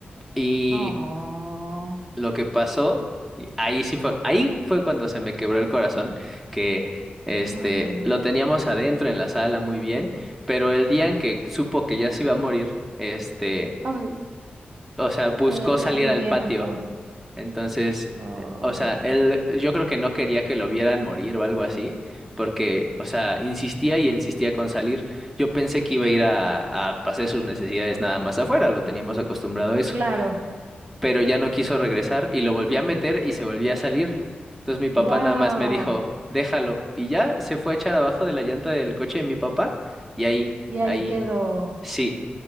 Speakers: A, in the centre; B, on the right (about 50°).
A: Y
B: Oh,
A: lo que pasó, y ahí sí fue, ahí fue cuando se me quebró el corazón, que, este,
B: ay, no.
A: lo teníamos adentro en la sala muy bien, pero el día en que supo que ya se iba a morir, este
B: Ay,
A: o sea, buscó
B: me da sentimiento.
A: salir al patio. Entonces,
B: Oh,
A: eh, o sea, él, yo creo que no quería que lo vieran morir o algo así, porque, o sea, insistía y insistía con salir. Yo pensé que iba a ir a, a hacer sus necesidades nada más afuera, lo teníamos acostumbrado a eso,
B: claro.
A: pero ya no quiso regresar y lo volví a meter y se volvía a salir. Entonces mi papá
B: Wow.
A: nada más me dijo, déjalo, y ya se fue a echar abajo de la llanta del coche de mi papá y ahí,
B: Y ahí
A: ahí,
B: quedó.
A: sí.